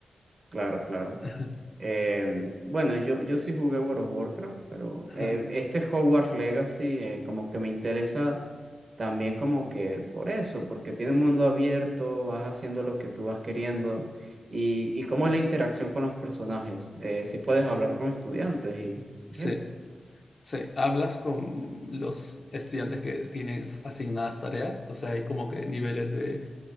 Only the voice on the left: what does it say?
<laughs>
Ajá.
Sí,
sí. ¿Hablas con los estudiantes que tienes asignadas tareas? O sea, hay como que niveles de